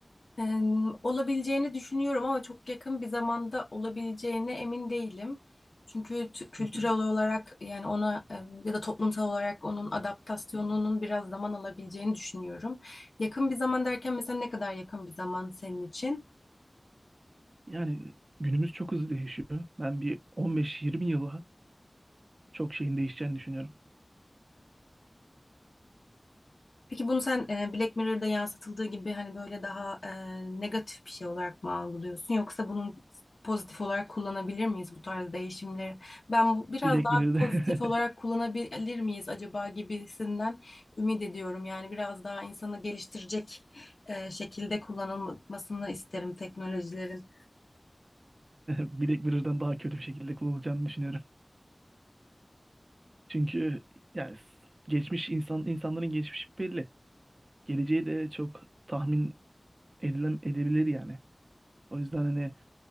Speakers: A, on the left (about 85°); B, on the right (about 55°).
A: Eee, olabileceğini düşünüyorum ama çok yakın bir zamanda olabileceğine emin değilim. Çünkü t- kültürel
B: Hı hı.
A: olarak yani ona em, ya da toplumsal olarak onun adaptasyonunun biraz zaman alabileceğini düşünüyorum. Yakın bir zaman derken mesela ne kadar yakın bir zaman senin için?
B: Yani günümüz çok hızlı değişiyor. Ben bir 15-20 yıla çok şeyin değişeceğini düşünüyorum.
A: Peki bunu sen e, Black Mirror'da yansıtıldığı gibi hani böyle daha e, negatif bir şey olarak mı algılıyorsun yoksa bunun pozitif olarak kullanabilir miyiz bu tarz değişimleri? Ben bu, biraz
B: Black
A: daha
B: Mirror'da
A: pozitif olarak
B: <laughs>
A: kullanabilir miyiz acaba gibisinden ümit ediyorum. Yani biraz daha insanı geliştirecek e, şekilde kullanılmasını isterim teknolojilerin.
B: Black Mirror'dan daha kötü bir şekilde kullanılacağını düşünüyorum. Çünkü yani s- geçmiş insan insanların geçmişi belli. Geleceği de çok tahmin edilem edebilir yani. O yüzden hani